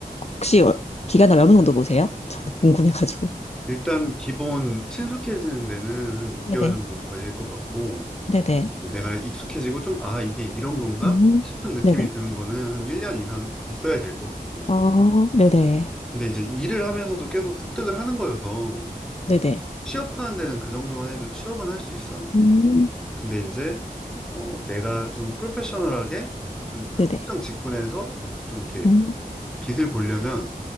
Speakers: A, on the left (about 45°); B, in the centre.
A: 혹시 어- 기간을 어느 정도 보세요? 저는 궁금해가지고.
B: 일단 기본 친숙해지는 데는 한 6개월
A: 네네.
B: 정도 걸릴 것 같고,
A: 네네.
B: 뭐 내가 익숙해지고 좀, 아, 이게 이런 건가?
A: 음,
B: 싶은 느낌이
A: 네네.
B: 드는 거는 한 1년 이상 있어야 될 것 같고.
A: 어, 네네.
B: 근데 이제 일을 하면서도 계속 습득을 하는 거여서,
A: 네네.
B: 취업하는 데는 그 정도만 해도 취업은 할 수 있어.
A: 음,
B: 근데 이제, 어, 내가 좀 프로페셔널하게 좀
A: 네네.
B: 특정 직군에서 이제 좀 이렇게
A: 음,
B: 빛을 보려면,